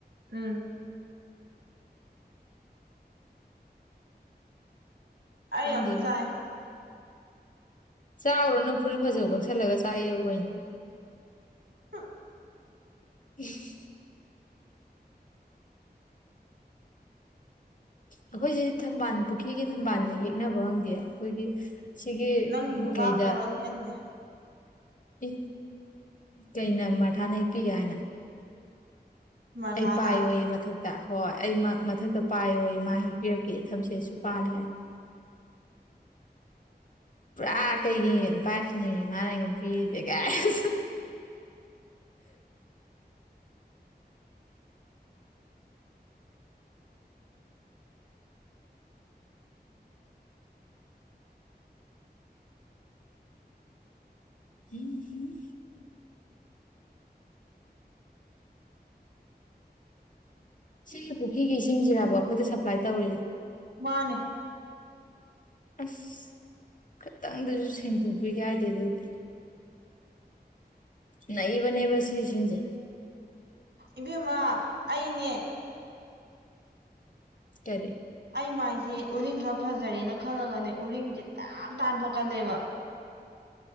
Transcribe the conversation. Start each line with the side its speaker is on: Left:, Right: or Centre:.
Right: ꯎꯝ ꯑꯩ
Left: ꯈꯪꯗꯦꯕꯨ
Right: ꯌꯥꯝ ꯆꯥꯛꯑꯦ
Left: ꯆꯥꯛꯎꯔꯅꯨ ꯐꯨꯔꯤꯠ ꯐꯖꯕ ꯀꯛꯁꯜꯂꯒ ꯆꯥꯛꯑꯦꯕꯨ ꯀꯩꯅꯣ
Right: ꯍ
Left: <unintelligible> ꯑꯩꯈꯣꯏꯁꯤ ꯊꯝꯕꯥꯜ ꯄꯨꯈ꯭ꯔꯤꯒꯤ ꯊꯝꯕꯥꯜꯁꯦ ꯍꯦꯛꯅꯕ꯭ꯔꯣ ꯈꯪꯗꯤꯌꯦ ꯑꯩꯈꯣꯏꯒꯤ ꯁꯤꯒꯤ
Right: ꯅꯪꯒꯤ ꯅꯨꯄꯥ
Left: ꯀꯩꯗ
Right: <unintelligible>
Left: ꯏ ꯀꯩꯅ ꯃꯔꯊꯥꯅ ꯍꯦꯛꯄꯤꯒꯦ ꯍꯥꯏꯅ
Right: ꯃꯔꯊꯥꯅ
Left: ꯑꯩ ꯄꯥꯌꫭꯌꯦ ꯃꯊꯛ ꯍꯣꯏ ꯑꯩ ꯃꯊꯛꯇ ꯄꯥꯏꯌꯣ ꯃꯥ ꯍꯦꯛꯄꯤꯔꯛꯀꯦ ꯏꯊꯝꯁꯦꯠꯁꯨ ꯄꯥꯜꯂꯦ ꯍꯥꯏ ꯄꯨꯔꯥ ꯀꯩꯒꯤ ꯚꯥꯏꯁꯅꯦ ꯃꯥꯅ ꯑꯩꯉꯣꯟ ꯄꯤꯔꯤꯁꯦ ꯀꯥꯏ <inaudible> <unintelligible> ꯁꯤꯒꯤ ꯄꯨꯈ꯭ꯔꯤꯒꯤ ꯏꯁꯤꯡꯁꯤꯔꯔꯕ ꯑꯩꯈꯣꯏꯗ ꯁꯄ꯭ꯂꯥꯏ ꯇꯧꯔꯤꯁꯦ
Right: ꯃꯥꯅꯦ
Left: ꯑꯁ ꯈꯤꯇꯪꯗꯁꯨ ꯁꯦꯡꯗꯣꯛꯄꯤ ꯍꯥꯏꯗꯦ ꯑꯗꫭꯏꯗꯤ ꯅꯩꯕꯅꯦ ꯃꯁꯤ ꯏꯁꯤꯡꯖꯦ
Right: ꯏꯕꯦꯝꯃꯥ ꯑꯩꯅꯦ
Left: <unintelligible>
Right: ꯑꯩ ꯃꯥꯏꯁꯦ ꯎꯔꯤꯡ ꯈꯔ ꯐꯖꯔꯦꯅ ꯈꯜꯂꯒꯅꯦ ꯎꯔꯤꯡꯁꯦ ꯇꯥꯞ ꯇꯥꯏ ꯊꯣꯛꯀꯠꯂꯛ ꯑꯦꯕ